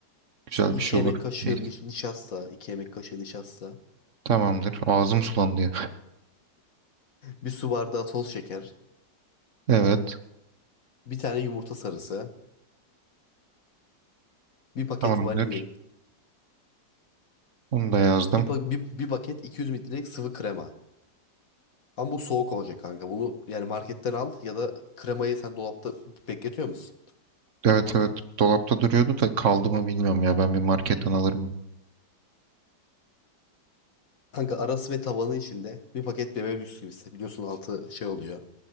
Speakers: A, on the right; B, on the left.
A: Güzel
B: 2
A: bir şey
B: yemek
A: olur.
B: kaşığı
A: Neyse.
B: niş- nişasta. iki yemek kaşığı nişasta.
A: Tamamdır. Ağzım sulandı ya. <laughs>
B: Bir su bardağı toz şeker.
A: Evet.
B: Bir tane yumurta sarısı. Bir paket
A: Tamamdır.
B: vanilin.
A: Onu da yazdım.
B: Bir, pa- bir, bir paket 200 mililitrelik sıvı krema. Ama bu soğuk olacak kanka. Bunu yani marketten al ya da kremayı sen dolapta bekletiyor musun?
A: Evet evet. Dolapta duruyordu da kaldı mı bilmiyorum ya. Ben bir marketten alırım.
B: Kanka arası ve tabanı içinde bir paket bebe bisküvisi. Biliyorsun altı şey oluyor.